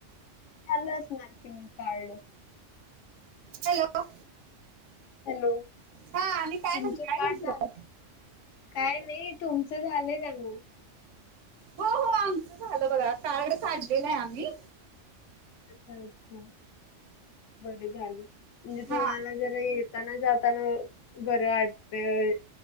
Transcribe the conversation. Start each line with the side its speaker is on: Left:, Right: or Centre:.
Left: चाल असणार कि म कार्ड,
Right: हॅलो?
Left: हॅलो!
Right: हा आणि काय
Left: तुमचं
Right: म्हणताय
Left: कार्ड
Right: म्हटलं
Left: झाल, काय नाही तुमचं झालंय, <unintelligible>
Right: हो, हो, आमचं झालं बघा कार्ड काढलंल आहे, आम्ही.
Left: अच्छा, अच्छा बर झाले म्हणजे तुम्हाला
Right: हा
Left: जरा येत, जाताना, जातना बर वाटते.